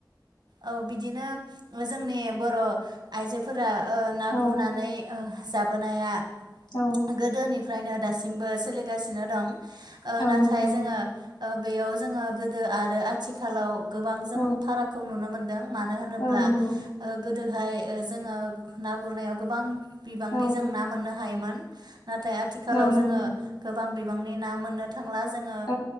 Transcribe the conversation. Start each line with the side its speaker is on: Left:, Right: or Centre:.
Right: औ बिदिनो जोंनि बर' आइजोफोरा ओ ना
Left: औ
Right: गुरनानै ओ जाबोनाया
Left: औ
Right: गोदोनिफ्रायनो दासिमबो सोलिगासिनो दं ओ
Left: औ
Right: नाथाय
Left: नंगौ
Right: जोङो ओ बेयाव जोङो गोदो आरो आथिखालाव गोबां जों
Left: औ
Right: फारागखौ नुनो मोनदों मानो होनोब्ला
Left: औ नंगौ
Right: ओ गोदोहाय ओ जोङो ना गुरनायाव गोबां बिबांनि
Left: औ
Right: जों ना मोननो हायोमोन नाथाय आथिखालाव
Left: औ नंगौ
Right: जोङो गोबां बिबांनि ना मोननो था ला जोङो
Left: औ